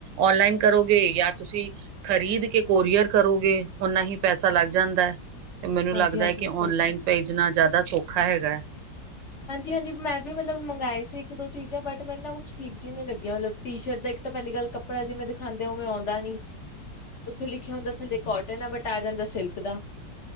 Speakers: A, on the right (about 80°); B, on the left (about 45°).
A: ਔਨਲਾਈਨ ਕਰੋਗੇ ਜਾਂ ਤੁਸੀਂ। ਖ਼ਰੀਦ ਕੇ ਕੋਰੀਅਰ ਕਰੋਗੇ ਓਨਾ ਹੀ ਪੈਸਾ ਲੱਗ ਜਾਂਦਾ ਹੈ ਤੇ ਮੈਨੂੰ
B: ਹਾਂਜੀ
A: ਲੱਗਦਾ
B: ਹਾਂਜੀ
A: ਹੈ ਕਿ
B: ਸਹੀ
A: ਔਨਲਾਈਨ
B: ਹੈ।
A: ਭੇਜਣਾ ਜ਼ਿਆਦਾ ਸੌਖਾ ਹੈਗਾ।
B: ਹਾਂਜੀ ਹਾਂਜੀ ਮੈਂ ਵੀ ਮਤਲਬ ਮੰਗਵਾਏ ਸੀ ਇੱਕ ਦੋ ਚੀਜ਼ਾਂ ਬਟ ਮੈਨੂੰ ਨਾ ਕੁਛ ਠੀਕ ਜਿਹੀਆਂ ਵੀ ਨਹੀਂ ਲੱਗੀਆਂ ਮਤਲਬ। ਟੀ ਸ਼ਰਟ ਇੱਕ ਪਹਿਲੀ ਗੱਲ ਕੱਪੜਾ ਜਿਵੇਂ ਦਿਖਾਉਂਦੇ ਓਵੇਂ ਆਉਂਦਾ ਨਹੀਂ।
A: ਹ
B: ਉੱਥੇ ਲਿਖਿਆ ਹੁੰਦਾ ਥੱਲੇ ਕੋਟਨ ਆ ਬਟਾਇਆ ਜਾਂਦਾ ਸਿਲਕ ਦਾ।